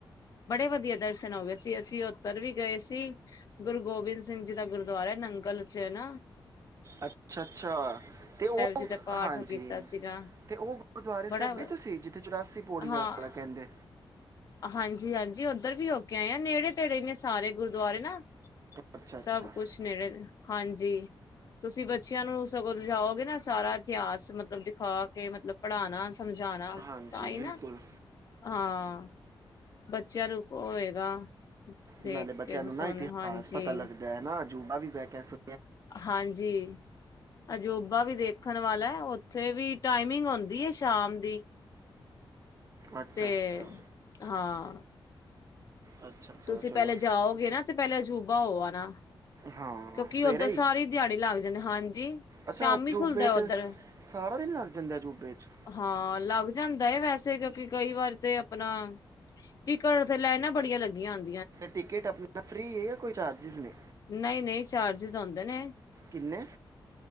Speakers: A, on the left; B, on the right.
A: ਬੜੇ ਵਧੀਆ ਦਰਸ਼ਨ ਹੋ ਗਏ ਸੀ, ਅਸੀਂ ਉੱਧਰ ਵੀ ਗਏ ਸੀ, ਗੁਰੂ ਗੋਬਿੰਦ ਸਿੰਘ ਜੀ ਦਾ ਗੁਰਦੁਆਰਾ ਐ ਨਾ ਨੰਗਲ ਚ ਹਨਾ।
B: ਅੱਛਾ -ਅੱਛਾ ਤੇ ਉਹ
A: ਜੀ ਦਾ ਪਾਠ
B: ਹਾਂਜੀ
A: ਕੀਤਾ ਸੀਗਾ
B: ਤੇ ਉਹ ਗੁਰਦੁਆਰੇ ਸਾਹਿਬਗੇ
A: ਬੜਾ
B: ਤੁਸੀਂ ਜਿੱਥੇ ਚੁਰਾਸੀ ਪੌੜੀਆਂ
A: ਹਾਂ
B: ਵਾਲਾ ਕਹਿੰਦੇ।
A: ਹਾਂਜੀ -ਹਾਂਜੀ ਉੱਧਰ ਵੀ ਹੋ ਕੇ ਆਏ ਆ ਨੇੜੇ -ਤੇੜੇ ਨੇ ਸਾਰੇ ਗੁਰਦੁਆਰੇ ਨਾ।
B: ਅੱਛਾ ਅੱਛਾ
A: ਸਭ ਕੁਛ ਨੇੜੇ ਹਾਂਜੀ ਤੁਸੀਂ ਬ। ਚਿਆਂ ਨੂੰ ਸਗੋਂ ਲਿ ਜਾਓਗੇ ਨਾ ਸਾਰਾ। ਇਤਿਹਾਸ ਮਤਲਬ ਦਿਖਾ। ਤੇ ਮਤਲਬ। ਪੜ੍ਹਾਉਣਾ, ਸਮਝਾਉਣਾ
B: ਹਾਂਜੀ
A: ਤਾਂ ਹੀ
B: ਬਿਲਕੁਲ
A: ਨਾ, ਹਾਂ। ਬੱਚਿਆਂ ਨੂੰ ਹੋਏਗਾ ਦੇਖ
B: ਨਾਲੇ ਬੱਚਿਆਂ
A: ਕੇ
B: ਨੂੰ ਨਾ
A: ਸੁਣ
B: ਇਤਿਹਾਸ
A: ਹਾਂਜੀ।
B: ਪਤਾ ਲੱਗਦਾ ਹੈ ਨਾ ਅਜੂਬਾ ਵੀ ਬੈ ਕਆ ਸੂ।
A: ਹਾਂਜੀ ਅਜੋਬਾ ਵੀ ਦੇਖਣ ਵਾਲਾ ਹੈ। ਉਥੇ ਵੀ ਟਾਈਮਿੰਗ ਹੁੰਦੀ ਹੈ ਸ਼ਾਮ ਦੀ।
B: ਅੱਛਾ
A: ਤੇ
B: ਅੱਛਾ
A: ਹਾਂ
B: ਅੱਛਾ ਅੱਛਾ
A: ਤੁਸੀਂ
B: ਚਲੋ
A: ਪਹਿਲੇ ਜਾਓਗੇ ਨਾ ਤੇ ਪਹਿਲੇ ਅਜੂਬਾ ਹੋ ਆ ਨਾ।
B: ਹਾਂ
A: ਕਿਉਂਕਿ
B: ਸਵੇਰੇ
A: ਉੱਧਰ ਸਾਰੀ
B: ਹੀ
A: ਦਿਹਾੜੀ ਲੱਗ ਜਾਂਦੇ ਹਾਂਜੀ
B: ਅੱਛਾ
A: ਸ਼ਾਮੀ
B: ਜੂਬੇ
A: ਖੁੱਲਦਾ
B: 'ਚ
A: ਉੱਧਰ
B: ਸਾਰਾ ਦਿਨ ਲੱਗ ਜਾਂਦਾ ਜੂਬੇ 'ਚ
A: ਹਾਂ ਲੱਗ। ਜਾਂਦਾ ਵੈਸੇ ਕਿਉਂਕਿ ਕਈ ਵਾਰ ਤੇ ਆਪਣਾ ਕਿਵਾਰ ਤੇ ਲਾਈਨਾਂ ਬੜੀਆਂ ਲੱਗੀਆਂ ਅਨ।
B: ਟਿਕਟ ਆਪਣਾ ਫਰੀ ਹੈ ਜਾਂ ਕੋਈ ਚਾਰਜਿਸ ਨੇ।
A: ਨਹੀਂ ਨਹੀਂ ਚਾਰਜਿਸ ਆਉਂਦੇ ਨੇ
B: ਕਿੰਨੇ